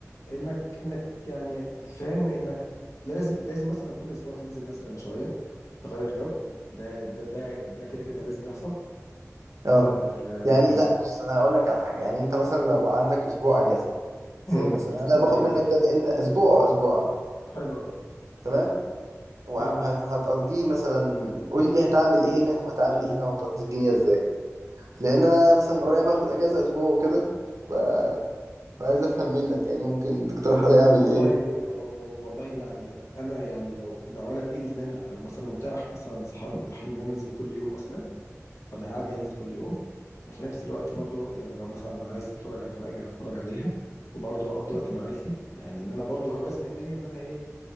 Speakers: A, on the left (about 65°); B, on the right (about 80°).
A: انك انك يعني فاهم انك لازم لازم مثلا كل اسبوع تنزل مثلا شويه تغير جو ده ده ده ده كده كده لازم يحصل
B: اه
A: آه...
B: يعني لا بص انا هقول لك على حاجه يعني انت مثلا لو عندك اسبوع اجازه سي
A: أمم،
B: مثلا يعني
A: اسبوع
B: انا باخد
A: اجازه
B: منك ده لان اسبوع اسبوع اه
A: حلو
B: تمام وهتقضيه
A: قوي
B: مثلا قول لي هتعمل ايه هنا وهتعمل ايه هنا وهتقضي الدنيا ازاي لان انا مثلا قريب هاخد اجازه اسبوع وكده ف... فعايز افهم منك يعني ممكن تقترح عليا اعمل
A: والله
B: ايه
A: و- و- والله يعني انا يعني لو لو انا بايدي ان انا او مثلا متاح مثلا صحابي متاحين ان انا انزل كل يوم مثلا فانا هعدي انزل كل يوم وفي نفس الوقت برضو يعني لو مثلا عايز اتفرج على حاجه هتفرج عليها وبرضو اقضي وقت مع عيلتي يعني ان انا برضو هوازن الدنيا ان انا ايه